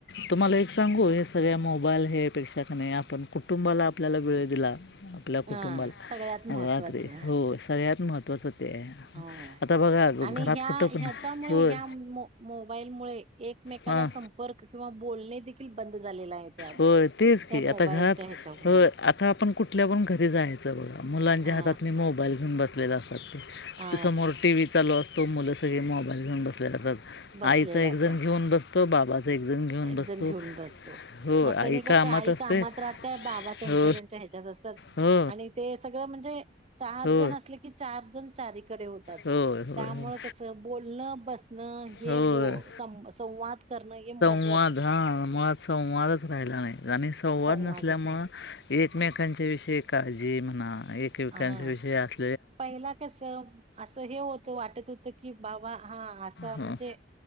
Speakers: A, on the left; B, on the right.
A: तुम्हाला एक सांगू हे सगळ्या मोबाईल हेपेक्षा नाही आपण कुटुंबाला आपल्याला वेळ दिला आपल्या
B: हा
A: कुटुंबाला
B: सगळ्यात महत्त्वाचं
A: रात्री हो सगळ्यात महत्त्वाचं ते
B: हो
A: आता बघा ग-
B: आणि
A: घरात
B: ह्या
A: कुठं पण
B: ह्याच्यामुळे
A: होय
B: ह्या मो मोबाईलमुळे एकमेकाला
A: हां
B: संपर्क किंवा बोलणे देखील बंद झालेला आहे त्या
A: हो तेच
B: त्या
A: की
B: मोबाईलच्या
A: आता घरात
B: ह्याच्यावरन
A: हो आता आपण कुठल्या पण घरी जायचं बघा मुलांच्या
B: हा
A: हातात मी मोबाईल घेऊन बसलेला असतो
B: हा
A: समोर टीव्ही चालू असतो मुलं सगळे मोबाईल घेऊन बसले जातात
B: बसलेलं
A: आईचा एक
B: असतात.
A: जण घेऊन बसतो बाबाचा एक जण घेऊन
B: एक
A: बसतो
B: जण घेऊन बसतो
A: हो
B: मग
A: आई
B: त्यांनी कस
A: कामात
B: आई
A: असते
B: कामात राहतेय बाबा त्यांच्या
A: हो
B: त्यांच्या ह्याच्यात असतात
A: हो
B: आणि ते सगळ म्हणजे चार
A: हो
B: जण असले की चार जण चारीकडे होते तात
A: हो हो
B: त्यामुळे कस बोलण बसण हे
A: हो
B: बो संवाद करण हे महत्त्वा
A: संवाद हां मुळात संवादच राहिला नाही आणि संवाद
B: संवादच
A: नसल्यामुळ
B: राहिला
A: एकमेकांच्या विषयी काळजी म्हणा एकमेकांच्या
B: हा
A: विषयी अस
B: पहिला कस अस हे होत वाटत होत की बाबा हा अस म्हणजे
A: हं,